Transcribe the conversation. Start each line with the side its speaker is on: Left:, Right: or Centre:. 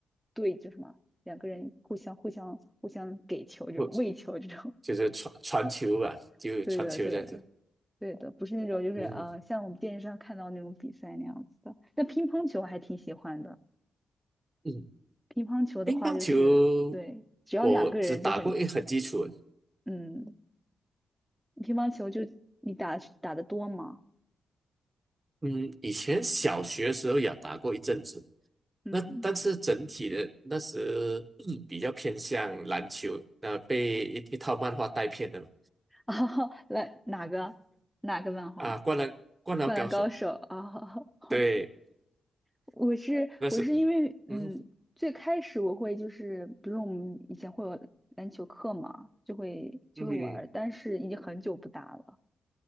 Centre: 对，就什么两个人互相互相互相给球这种喂球这种，
Right: 不就是传传球吧，
Centre: <laughs>
Right: 就传球这样子。
Centre: 对的对的对的，不是那种就是呃像我们电视上看到那种比赛那样子的。
Right: 嗯
Centre: 那乒乓球我还挺喜欢的，
Right: 嗯，
Centre: 乒乓球的话就是对，
Right: 乒乓球
Centre: 只要两个人就很
Right: 我只打过一很基础的，
Centre: 嗯，乒乓球就你打打得多吗？
Right: 嗯，以前小学的时候也打过一阵子，
Centre: 嗯，
Right: 那但是整体的那时、嗯比较偏向篮球，那、被一一套漫画带偏的嘛
Centre: <laughs> 啊，来哪个哪个漫画？
Right: 啊，灌篮灌篮高手，
Centre: 灌篮高手啊，好好的，
Right: 对，
Centre: 我是我是因为嗯，
Right: 那是嗯
Centre: 最开始我会就是，比如我们以前会有篮球课嘛，就会就会玩儿，
Right: 嗯嗯
Centre: 但是已经很久不打了，